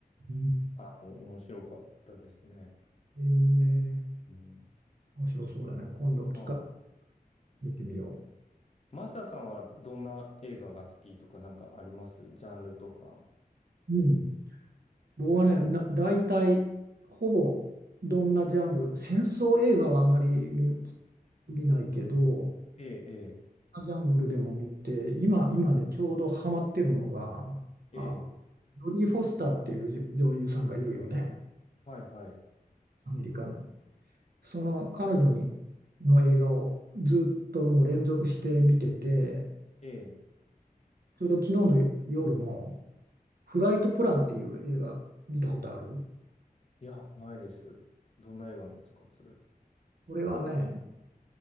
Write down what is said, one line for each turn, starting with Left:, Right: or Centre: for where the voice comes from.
Right: うん、
Left: あの、面白かったですね。
Right: えー
Left: うん。
Right: 面白そうだね。今度、機会
Left: はい。
Right: 見てみよ
Left: マサさんはどんな映画が好きとかなんかありますジャンルとか。
Right: う。うん。僕はね、な、大体、ほぼ、どんなジャンル、戦争映画はあまり見、見ないけど、
Left: ええ、
Right: ジャングルでも見て、今、今ね、ちょうどハマってるのが、
Left: ええ、
Right: あ、
Left: ええ、
Right: ジョディ・フォスターっていう女優さんがいるよね。
Left: はい、はい。
Right: アメリカの。その彼女にの映画をずっともう連続して見てて、
Left: ええ、
Right: ちょうど昨日の夜も「フライトプラン」っていう映画見たことある
Left: いや、ないです。どんな映画なんですか、それ。
Right: これはね、